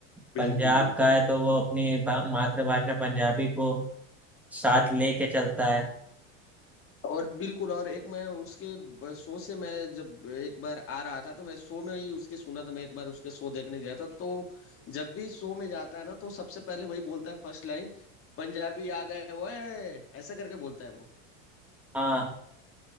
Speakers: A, on the left (about 35°); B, in the centre.
A: बिल्कुल
B: पंजाब
A: बिल्कुल
B: का है तो वो अपनी भा- मातृभाषा पंजाबी को साथ लेके चलता है
A: और बिल्कुल और एक मैं उसके ब- शो से मैं जब एक बार आ रहा था तो मैं शो में ही उसके सुना था मैं एक बार उसके शो देखने गया था तो जब भी शो में जाता है ना तो सबसे पहले वही बोलता है फर्स्ट लाइन पंजाबी आ गए वो ऐसा करके बोलता है वो
B: हाँ